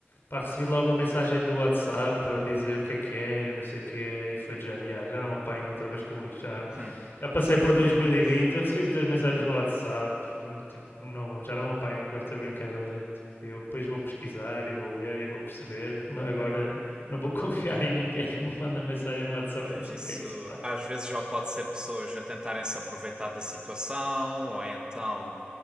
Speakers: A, on the left (about 60°); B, on the right (about 20°).
A: Pá, recebi logo uma mensagem do WhatsApp a dizer o que é que era, não sei o quê, e foi de género, "Ya, já não me apanho outra vez com isto, já,
B: Hum.
A: já passei
B: <laughs>
A: por 2020, eu recebi muitas mensagens
B: Hum.
A: no WhatsApp, tipo, não, já não me apanham com esta brincadeira, tipo, eu depois vou pesquisar e vou ler e vou perceber, mas agora não vou <laughs> confiar em ninguém que me manda mensagem no WhatsApp
B: Pois
A: a dizer
B: isso
A: o que é que se passa.
B: às vezes já pode ser pessoas a tentarem se aproveitar da situação, ou então